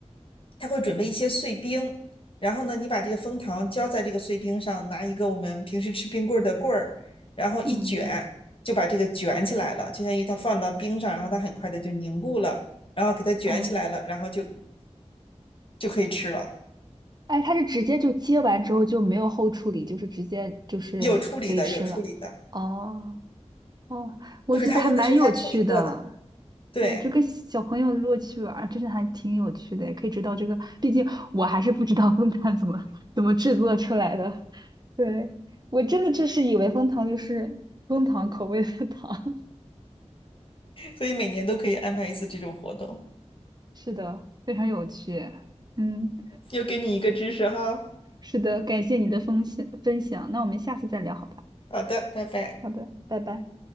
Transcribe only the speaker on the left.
他会准备一些碎冰，然后呢，你把这个蜂糖浇在这个碎冰上，拿一个我们平时吃冰棍儿的棍儿，然后一卷，
就把这个卷起来了，就相当于它放到冰上，然后它很快的就凝固了，然后给它卷起来了，
然后就就可以吃了。
有处理的，有处理的，
就是他用的是他处理过的，对，
所以每年都可以安排一次这种活动，
又给你一个知识哈。
好的，拜拜。